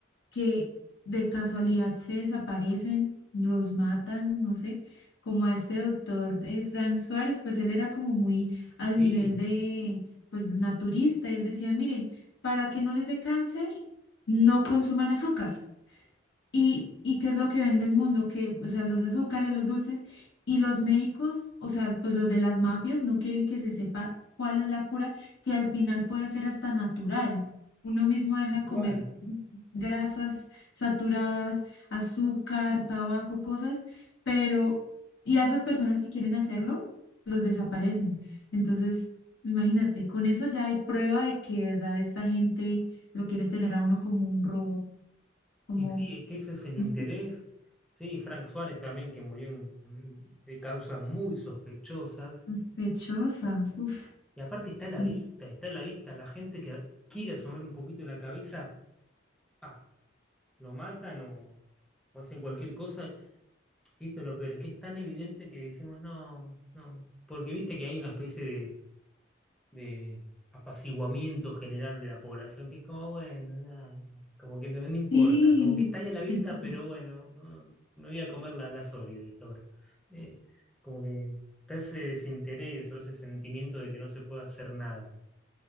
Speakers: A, on the left (about 65°); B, in the centre.
A: que de casualidad se desaparecen, los matan, no sé, como a este doctor eh, Frank Suárez, pues él era como muy al
B: sí,
A: nivel de pues naturista y él decía, miren, para que no les dé cáncer, no consuman azúcar. ¿Y, y qué es lo que vende el mundo? Que, o sea, los azúcares, los dulces y los médicos, o sea, pues los de las mafias no quieren que se sepa cuál es la cura, que al final puede ser hasta natural. Uno mismo deja
B: tal
A: de comer
B: cual.
A: grasas saturadas, azúcar, tabaco, cosas, pero, y a esas personas que quieren hacerlo, los desaparecen. Entonces, imagínate, con eso ya hay prueba de que, de verdad, esta gente lo quiere tener a uno como un robot, como...
B: Y sí, es que ese es el interés.
A: <laughs>
B: Sí, Frank Suárez también, que murió en- en- de causas muy sospechosas.
A: Sospechosas, uf,
B: Y aparte está
A: sí,
B: a la vista, está a la vista la gente que quiere asomar un poquito la cabeza, pa, lo matan o, o hacen cualquier cosa. Y esto es lo peor, es que es tan evidente que decimos, no, no. Porque viste que hay una especie de de apaciguamiento general de la población, que es como, bueno, nada, nada, como que no, no importa,
A: sí,
B: como que está ahí a la vista,
A: <laughs>
B: pero bueno, no, me voy a comer la, la Oreo, dije ahora. Eh, como que está ese desinterés o ese sentimiento de que no se puede hacer nada.